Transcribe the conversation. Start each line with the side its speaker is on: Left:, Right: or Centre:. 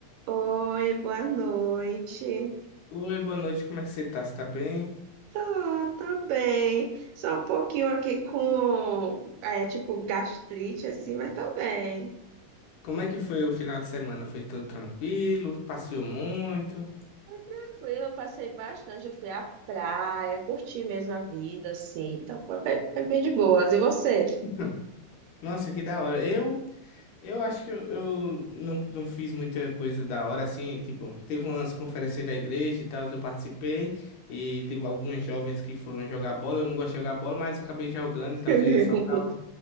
Right: Oi, boa noite.
Left: Oi, boa noite, como é que você tá? Você tá bem?
Right: Tô, tô bem. Só um pouquinho aqui com, é, tipo, gastrite, assim, mas tô bem.
Left: Como é que foi o final de semana? Foi tudo tranquilo? Passeou muito?
Right: Foi tranquilo, eu passei bastante. Eu fui à praia, curti mesmo a vida, assim. Então foi bem, foi bem de boas. E você?
Left: <laughs> Nossa, que da hora. Eu, eu acho que eu, eu não, não fiz muita coisa da hora, assim, tipo, teve umas conferências da igreja e tal, eu participei, e teve alguns jovens que foram jogar bola, eu não gosto de jogar bola, mas acabei jogando e tal,
Right: <laughs>
Left: eu ia só pra,